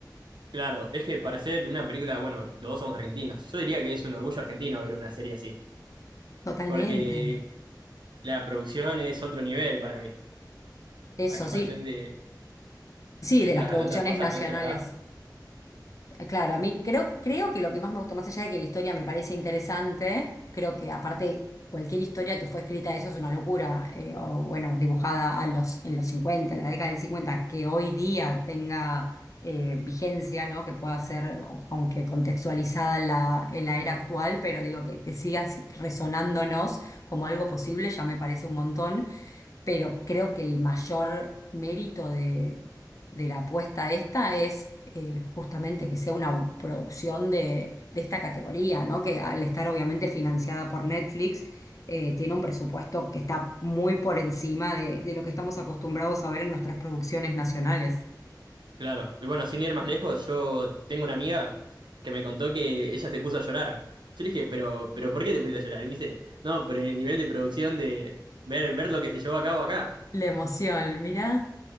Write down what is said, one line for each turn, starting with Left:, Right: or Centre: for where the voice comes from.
Right: Claro, es que para hacer una película, bueno, los dos somos argentinos. Yo diría que es un orgullo argentino ver una serie así,
Left: Totalmente.
Right: porque la producción es otro nivel para mí,
Left: Eso
Right: a comparación
Left: sí,
Right: de,
Left: sí,
Right: de
Left: de
Right: otras,
Left: las producciones
Right: de otras cosas
Left: nacionales.
Right: que hacen acá.
Left: Eh, Claro, a mí creo, creo que lo que más me gustó, más allá de que la historia me parece interesante, creo que aparte cualquier historia que fue escrita eso es una locura, eh, o bueno, dibujada a los, en los 50, en la década del 50 que hoy día tenga eh, vigencia, ¿no? Que pueda ser, o- aunque contextualizada en la, en la era actual, pero digo que, que siga si- resonándonos como algo posible, ya me parece un montón pero creo que el mayor mérito de, de la apuesta esta es eh, justamente que sea una producción de, de esta categoría, ¿no? Que al estar obviamente financiada por Netflix, eh, tiene un presupuesto que está muy por encima de, de lo que estamos acostumbrados a ver en nuestras producciones nacionales.
Right: Claro, y bueno, sin ir más lejos, yo tengo una amiga que me contó que ella se puso a llorar. Yo le dije, pero, pero ¿por qué te pusiste a llorar? Y me dice, no, por el nivel de producción de ver, ver lo que se llevó a cabo acá.
Left: La emoción, mirá.